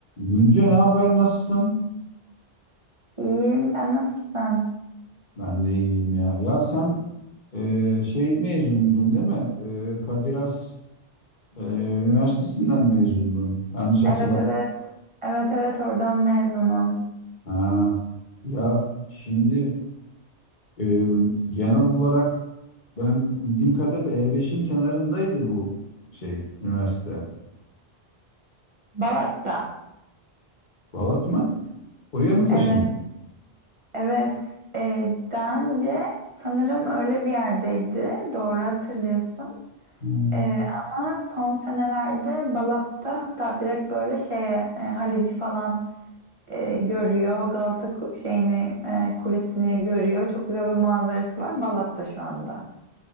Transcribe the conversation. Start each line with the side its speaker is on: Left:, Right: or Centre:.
Left: Gülce ne haber nasılsın?
Right: İyiyim, sen nasılsın?
Left: Ben de iyiyim ya. Ya sen e, şey mezunuydun değil mi? E, Kadir Has e, Üniversitesinden mezundun. Yanlış hatırlamıyorum.
Right: Evet, evet. Evet, evet, oradan mezunum.
Left: Ha. Ya şimdi e, genel olarak ben bildiğim kadarıyla E5'in kenarındaydı bu şey üniversite.
Right: Balat'ta.
Left: Balat mı? Oraya mı taşındın?
Right: Evet, evet. Ee, daha önce sanırım öyle bir yerdeydi. Doğru hatırlıyorsun.
Left: Hmm.
Right: Ee, ama son senelerde Balat'ta hatta direkt böyle şeye, e, Halici falan e, görüyor. Galata ku- şeyini e, kulesini görüyor. Çok güzel bir manzarası var. Balat'ta şu anda.